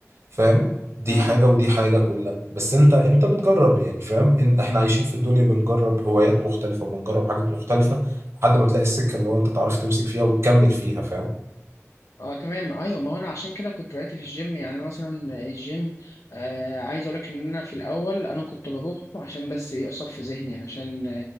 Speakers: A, on the right; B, on the left.
A: فاهم دي
B: أه
A: حاجة ودي حاجة كلها بس انت انت بتجرب يعني فاهم ان احنا عايشين في الدنيا بنجرب هوايات مختلفة وبنجرب حاجات مختلفة لحد ما تلاقي السكة اللي هو انت تعرف تمسك فيها وتكمل فيها فاهم
B: اه تمام ايوه ما هو انا عشان كده كنت بدأت في الجيم يعني انا مثلا الجيم آه عايز اقول لك ان انا في الاول انا كنت بروح عشان بس ايه اصفي ذهني يعني عشان